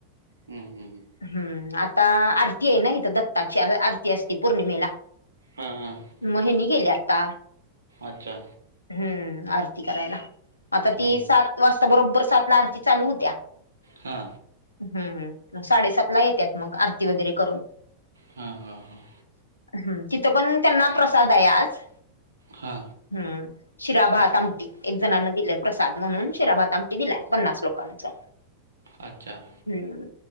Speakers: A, on the right; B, on the left.
A: हम्म हम् हम्,
B: हम्म आता आरती आहे ना इथ दत्ताची आरती असती पौर्णिमेला!
A: हा हा
B: म ह्यांनी गेली आता.
A: अच्छा
B: हम्म आरती करायला आता
A: हा
B: ती सात वाजता बरोबर सात ला आरती चालू होत्या.
A: हा,
B: हम् साडेसात ला येतात मग आरती वगैरे करून!
A: हा हा हां,
B: ह् तिथं पण त्यांना प्रसाद आहे आज.
A: हा,
B: हम् शिरा भात आमटी एक जणना दिले प्रसाद म्हणून शिरा भात. आमटी दिलाय पन्नास लोकांचा.
A: अच्छा,
B: हम्म